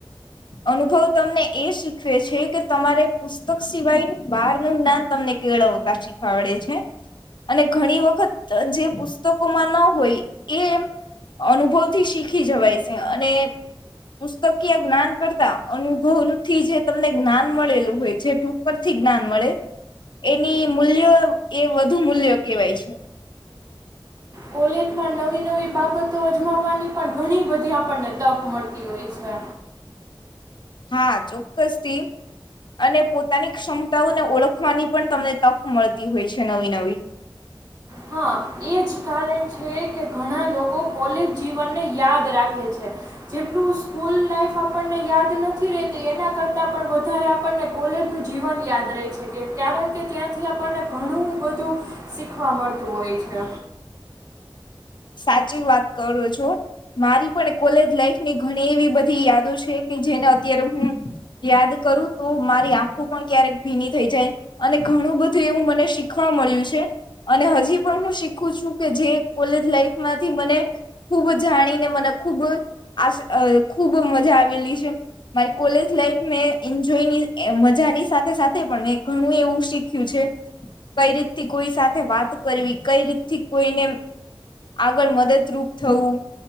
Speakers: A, on the left (about 60°); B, on the right (about 45°).
A: અનુભવ તમને એ શીખવે છે, કે તમારે પુસ્તક સિવાય બહાર નું જ્ઞાન તમને કેળવતા શીખવાડે છે, અને ઘણી વખત જે પુસ્તકોમાં ન હોય એ અનુભવ થી શીખ ખી જવાય છે, અને પુસ્તકીય જ્ઞાન કરતા અનુભવથી જે તમને જ્ઞાન મળેલું હોય જે <unintelligible> પર થી જ્ઞાન મળે એની મૂલ્યો એ વધુ મૂલ્યો કેહેવાય છે.
B: કોલેજમાં નવી નવી બાબતો અજમાવવાની પણ ઘણી બધી આપણને તક મળતી હોય છે.
A: હા ચોક્કસથી અને પોતાની ક્ષમતાઓને ઓળખવાની પણ તમને તક મળતી હોય છે, નવી નવી.
B: હા એજ કારણ છે, કે ઘણા લોકો કોલેજ જીવનને યાદ રાખે છે, જેટલું સ્કૂલ લાઈફ આપણને યાદ નથી રેતી એના કરતા પણ વધારે આપણને કોલેજનું જીવન યાદ રે છે, કે કારણ કે ત્યાંથી આપણને ઘણું બધું શીખવા મળતું તું હોય છે.
A: સાચી વાત કરો છો. મારી પણ કોલેજ લાઈફ ની ઘણી એવી બધી યાદો છે, કે જેને અત્યારે હું યાદ કરું તો મારી આંખું પણ ક્યારેક ભીની થઈ જાય અને ઘણું બધું એવું મને શીખવા મળ્યું છે, અને હજી પણ હું શીખું છું, કે જે કોલે લાઈફ માંથી મને ખૂબ જાણીને મને ખૂબ આશા આ ખૂબ મજા આવેલી છે, મારી કોલેજ લાઈફ મેં એન્જોયની મજાની સાથે સાથે પણ મેં ઘણું એવું શીખ્યું છે, કઈ રીત થી કોઈ સાથે વાત કરવી કઈ રીતથી કોઈને આગળ મદદરૂપ થવું